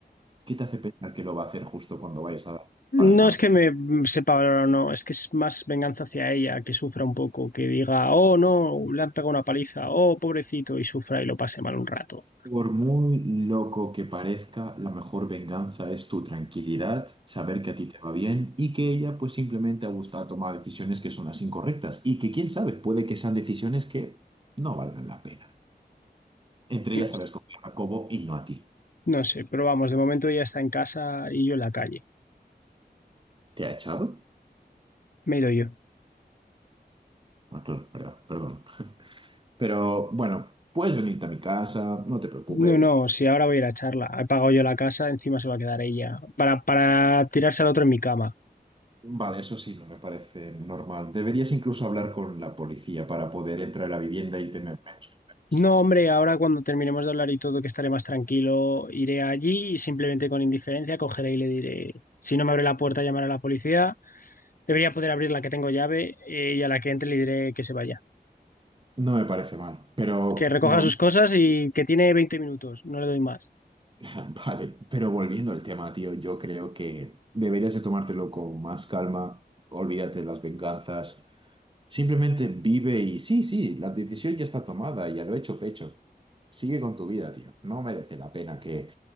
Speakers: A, on the right; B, on the left.
A: ¿qué te hace pensar que lo va a hacer justo cuando vayas a dar palizón?
B: No es que me mm, sepa valorar o no, es que es más venganza hacia ella, que sufra un poco, que diga, oh no, le han pegado una paliza, oh pobrecito, y sufra y lo pase mal un rato.
A: Por muy loco que parezca, la mejor venganza es tu tranquilidad, saber que a ti te va bien y que ella pues simplemente ha gustado tomar decisiones que son las incorrectas y que quién sabe, puede que sean decisiones que no valgan la pena. Entre
B: No
A: ellas sabes con Jacobo y no a ti.
B: No sé, pero vamos, de momento ella está en casa y yo en la calle.
A: ¿Te ha echado?
B: Me he ido yo.
A: Ah, claro, verdad, perdón. Pero bueno, puedes venirte a mi casa, no te preocupes.
B: No, no, si ahora voy a ir a charla. He pagado yo la casa, encima se va a quedar ella. Para, para tirarse al otro en mi cama.
A: Vale, eso sí, no me parece normal. Deberías incluso hablar con la policía para poder entrar a la vivienda y tener menos problemas.
B: No, hombre, ahora cuando terminemos de hablar y todo, que estaré más tranquilo, iré allí y simplemente con indiferencia cogeré y le diré, si no me abre la puerta, llamaré a la policía. Debería poder abrir la que tengo llave eh, y a la que entre le diré que se vaya.
A: No me parece mal, pero
B: Que recoja
A: vol-
B: sus cosas y que tiene 20 minutos, no le doy más.
A: <laughs> vale, pero volviendo al tema, tío, yo creo que deberías de tomártelo con más calma, olvídate de las venganzas, simplemente vive y sí, sí, la decisión ya está tomada, ya lo he hecho pecho. Sigue con tu vida, tío. No merece la pena que